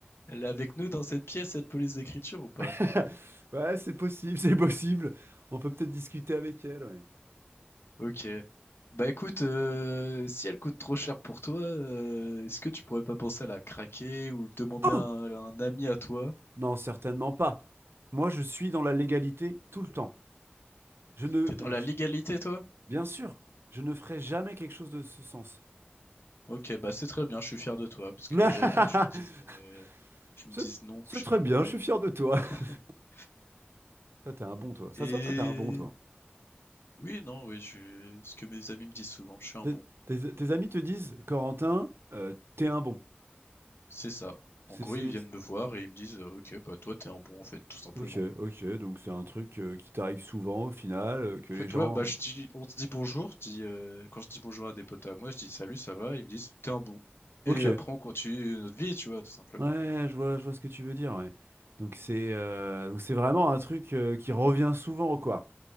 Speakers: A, on the left (about 80°); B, on the right (about 80°).
A: Elle est avec nous dans cette pièce, cette police d'écriture ou pas?
B: <laughs> Ouais, c'est possible, c'est possible. On peut peut-être discuter avec elle. ouais.
A: Ok. Bah écoute, euh, si elle coûte trop cher pour toi, euh, est-ce que tu pourrais pas penser à la craquer ou demander
B: Oh!
A: à un, un ami à toi?
B: Non, certainement pas. Moi, je suis dans la légalité tout le temps. Je ne,
A: T'es dans la
B: je-
A: légalité, toi?
B: bien sûr, je ne ferai jamais quelque chose de ce sens.
A: Ok, bah c'est très bien, je suis fier de toi, parce que
B: <laughs>
A: j'avais peur que tu me dises, euh, tu
B: C'est
A: me dises non,
B: c'est
A: je
B: très
A: sais pas
B: bien,
A: quoi.
B: je suis fier de toi.
A: <laughs>
B: <laughs> Toi, t'es un bon, toi. Ça
A: Et
B: se voit, toi, t'es un bon, toi.
A: oui, non, oui, je... ce que mes amis me disent souvent, je suis un
B: Tes,
A: bon.
B: tes- tes amis te disent, Corentin, euh, t'es un bon.
A: C'est ça.
B: C'est,
A: En gros,
B: c'est-
A: ils viennent me voir et ils me disent, euh, ok, bah toi t'es un bon en fait, tout simplement.
B: Ok, ok, donc c'est un truc euh, qui t'arrive souvent au final, euh, que les
A: En fait,
B: gens...
A: ouais, bah je dis, on se dit bonjour, je dis, euh, quand je dis bonjour à des potes à moi, je dis salut, ça va, ils me disent t'es un bon.
B: Ok.
A: Et après on continue notre vie, tu vois, tout simplement.
B: Ouais, je vois, je vois ce que tu veux dire, ouais. Donc c'est euh, donc c'est vraiment un truc euh, qui revient souvent, quoi.